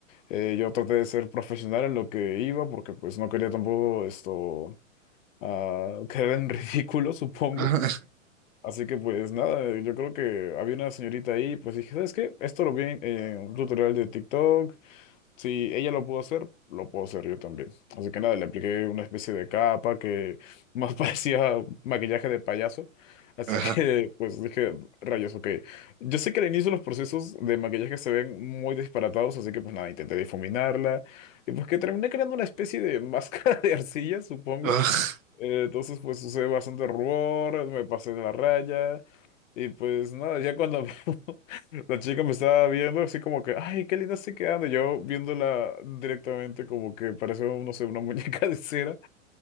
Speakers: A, on the left (about 70°); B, on the right (about 80°).
A: eh, yo traté de ser profesional en lo que iba porque pues no quería tampoco esto ah, <laughs> quedar en ridículo, supongo.
B: ah,
A: Así que pues nada, eh, yo creo que había una señorita ahí, pues dije, ¿sabes qué? Esto lo vi en eh, un tutorial de TikTok, si ella lo pudo hacer, lo puedo hacer yo también. Así que nada, le apliqué una especie de capa que más <laughs> parecía maquillaje de payaso. Así
B: <laughs>
A: que pues dije, rayos, ok. Yo sé que al inicio los procesos de maquillaje se ven muy disparatados, así que pues nada, intenté difuminarla. Y pues que terminé creando una especie de <laughs> máscara de arcilla, supongo.
B: ah,
A: Eh, entonces, pues sucede bastante rubor, me pasé de la raya. Y pues nada, ya cuando <laughs> la chica me estaba viendo, así como que, ay, qué linda estoy quedando. Yo viéndola directamente, como que parece, no sé, una <laughs> muñeca de cera.